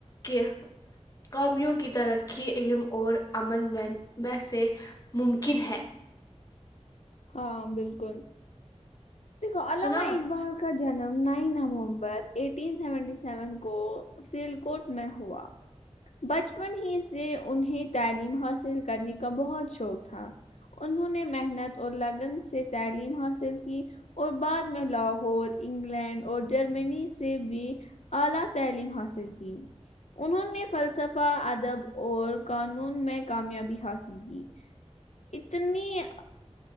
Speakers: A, on the left; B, on the left.
A: کہ قومیوں کی ترقی علم اور عمن میں میں سے ممکن ہے
B: ہاں بالکل دیکھو عامہ
A: سنا
B: ایک بار کا جنم نہیں ن م سی سیون کو سلکٹ میں ہوا بچپن ہی سے انہیں تعلیم حاصل کرنے کا بہت شوق تھا انہوں نے محنت اور لیگن سے تعلیم حاصل کی اور بعد میں لاہور انگلینڈ اور جرمنی سے بھی اعلی تعلیم حاصل کی انہوں نے فلسفہ ادب اور قانون میں کامیابی حاصل کی اتنی